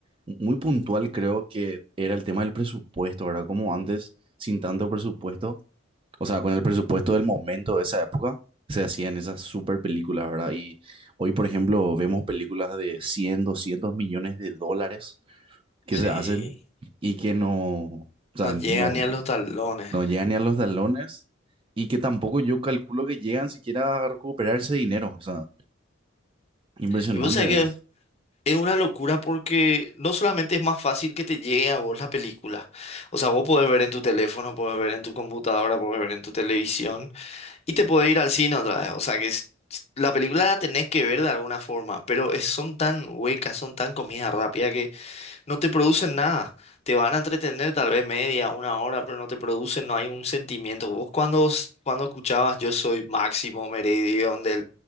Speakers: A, on the right; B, on the left.
A: muy puntual, creo que era el tema del presupuesto, ¿verdad? Como antes, sin tanto presupuesto, o sea, con el presupuesto del momento de esa época, se hacían esas super películas, ¿verdad? Y hoy, por ejemplo, vemos películas de cien doscientos millones de dólares que
B: Sí.
A: se hacen y que no, o sea,
B: No llega
A: no.
B: ni a los talones.
A: No llegan ni a los talones y que tampoco yo calculo que llegan siquiera a recuperar ese dinero. O sea, impresionante
B: Y vos sabés
A: es.
B: Es una locura porque no solamente es más fácil que te llegue a vos la película, o sea, vos podés ver en tu teléfono, podés ver en tu computadora, podés ver en tu televisión y te podés ir al cine otra vez, o sea que es- la película la tenés que ver de alguna forma, pero es- son tan huecas, son tan comida rápida no te producen nada. Te van a entretener tal vez media, una hora, pero no te producen, no hay un sentimiento. Vos cuando, cuando escuchabas Yo soy Máximo Meridión de